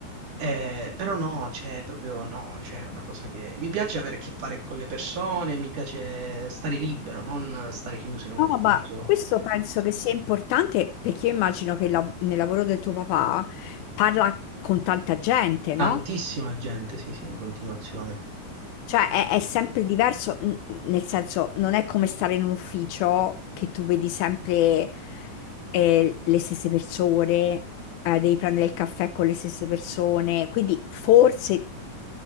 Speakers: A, on the right; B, on the left.
A: Eh, però no, cioè, proprio no, cioè, è una cosa che mi piace avere a che fare con le persone, mi piace stare libero, non stare chiuso in un
B: No,
A: ufficio.
B: ma questo penso
A: Ho
B: che sia importante perché io immagino che la- nel lavoro del tuo papà parla con tanta gente,
A: Tantissima
B: no?
A: gente, sì, sì, in continuazione.
B: Cioè, è, è sempre diverso, n- nel senso, non è come stare in un ufficio che tu vedi sempre eh, le stesse persone, eh, devi prendere il caffè con le stesse persone, quindi forse,